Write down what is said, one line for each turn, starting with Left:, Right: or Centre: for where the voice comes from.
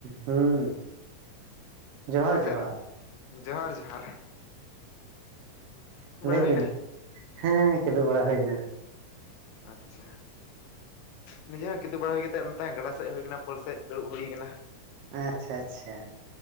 Right: ᱦᱩᱸ ᱡᱚᱦᱟᱨ
Left: ᱚᱠᱟ ᱥᱮ
Right: ᱡᱚᱦᱟᱨ
Left: ᱨᱮ ᱡᱚᱦᱟᱸᱨ ᱡᱚᱦᱟᱸᱨ
Right: ᱮ ᱞᱟᱹᱭ
Left: ᱦᱩᱭᱱᱟ?
Right: ᱵᱤᱱ ᱦᱮᱸ ᱠᱤᱫᱩᱵ ᱵᱟᱲᱟ ᱦᱩᱭᱱᱟ
Left: ᱟᱪᱪᱷᱟ ᱱᱤᱡᱮ ᱦᱚᱸ ᱠᱤᱫᱩ ᱵᱟᱲᱟ ᱦᱩᱭ ᱠᱟᱛᱮᱫ ᱱᱚᱛᱮ ᱜᱟᱰᱟ ᱥᱮᱫ ᱦᱮ ᱦᱩᱭ ᱠᱟᱱᱟ ᱯᱳᱞ ᱥᱮᱫ ᱫᱩᱲᱩᱵ ᱦᱩᱭ ᱠᱟᱱᱟ
Right: ᱟᱪᱪᱷᱟ ᱟᱪᱪᱷᱟ